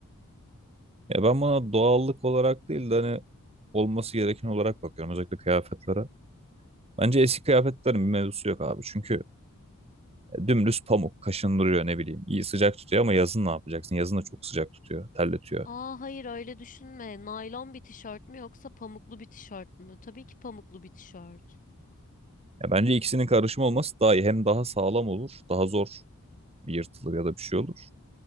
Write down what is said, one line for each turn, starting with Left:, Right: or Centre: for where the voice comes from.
Right: Ya ben buna doğallık olarak değil de hani olması gereken olarak bakıyorum özellikle kıyafetlere. Bence eski kıyafetlerin bir mevzusu yok abi. Çünkü e, dümdüz pamuk kaşındırıyor ne bileyim. İyi sıcak tutuyor ama yazın ne yapacaksın? Yazın da çok sıcak tutuyor, terletiyor.
Left: Aa hayır öyle düşünme. Naylon bir tişört mü yoksa pamuklu bir tişört mü? Tabii ki pamuklu bir tişört.
Right: Ya bence ikisinin karışımı olması daha iyi. Hem daha sağlam olur, daha zor yırtılır ya da bir şey olur.